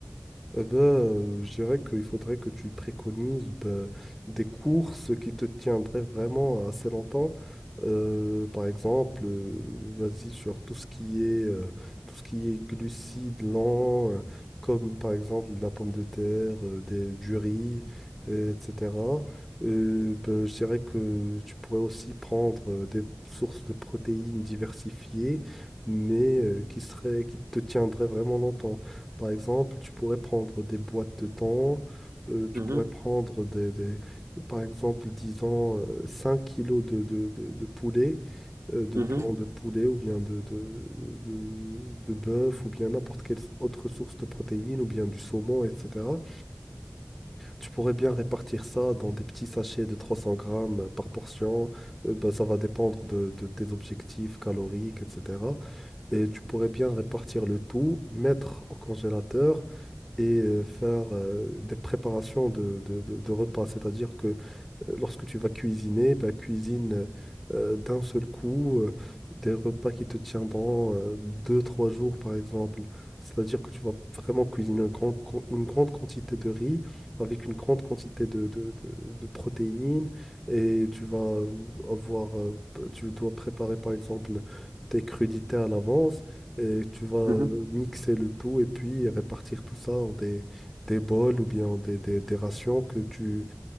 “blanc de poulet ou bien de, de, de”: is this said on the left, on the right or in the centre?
Centre